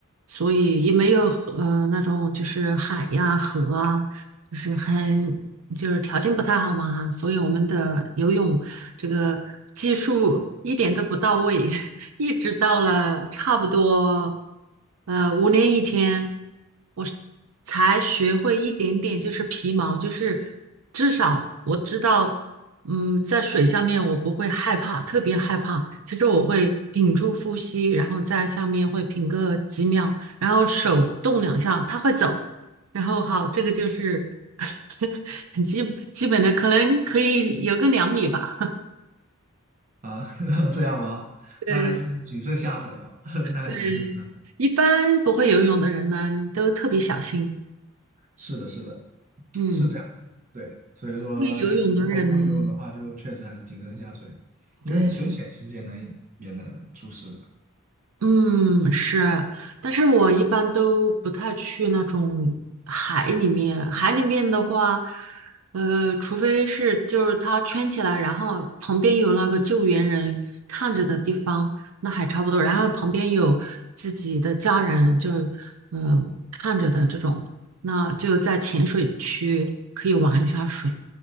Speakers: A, on the right (about 80°); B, on the right (about 35°).
A: 所以也没有河，呃，那种就是海呀、河啊，就是很就是条件不太好嘛哈，所以我们的游泳这个技术一点都不到位。<laughs> 一直到了差不多呃五年以前，我才学会一点点，就是皮毛，就是至少我知道，嗯，在水下面我不会害怕，特别害怕，就是我会屏住呼吸，然后在下面会屏个几秒，然后手动两下，它会走，然后好，这个就是 <laughs> 很基基本的，可能可以有个两米吧，
B: 啊，<laughs> 这样吗？
A: <laughs> 对。
B: 那还是谨慎下水啊，<laughs> 那还是谨慎下水。
A: 对，一般不会游泳的人呢，都特别小心。
B: 是的，是的，
A: 嗯，
B: 是这样。对，所以说，
A: 会游泳的人，
B: 确如果不会游泳的话，就确实还是谨慎下水，因为水浅其实也能也能出事的。
A: 对，嗯，是。但是我一般都不太去那种海里面。海里面的话，呃，除非是就是它圈起来，然后旁边有那个救援人看着的地方，那还差不多。然后旁边有自己的家人，就是嗯、呃看着的这种。那就在浅水区可以玩一下水。